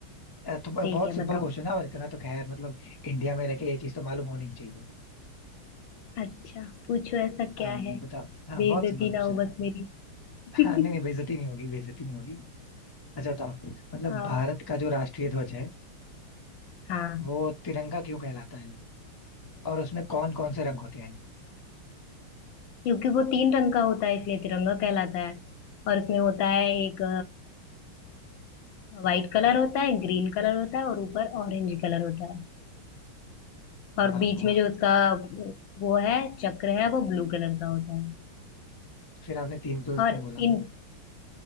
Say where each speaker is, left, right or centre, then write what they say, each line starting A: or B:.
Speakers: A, on the left; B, on the left.
A: अ, तो ब-
B: ठीक
A: बहुत
B: है
A: सिंपल
B: बताओ
A: क्वेश्चन है और इतना तो खैर मतलब इंडिया में रह के ये चीज तो मालूम होनी ही चाहिए
B: अच्छा पूछो ऐसा क्या
A: अम,
B: है
A: बताओ हाँ
B: बेइज्जती
A: बहुत सिंपल क्वेश्चन
B: ना हो
A: है
B: बस मेरी
A: हाँ
B: <laughs>
A: नहीं नहीं बेइज्जती नहीं होगी बेइज्जती नहीं होगी अच्छा बताओ मतलब
B: हाँ
A: भारत का जो राष्ट्रीय ध्वज है
B: हाँ
A: वो तिरंगा क्यों कहलाता है और उसमें कौन कौन से रंग होते हैं
B: क्योंकि वो तीन रंग का होता है इसलिए तिरंगा कहलाता है और उसमें होता है एक वाइट कलर होता है ग्रीन कलर होता है और ऊपर ऑरेंज कलर होता है और
A: वाह
B: बीच
A: वाह
B: में जो उसका वो है चक्र है वो ब्लू कलर का होता है
A: फिर आपने तीन कलर
B: और
A: क्यों बोला
B: इन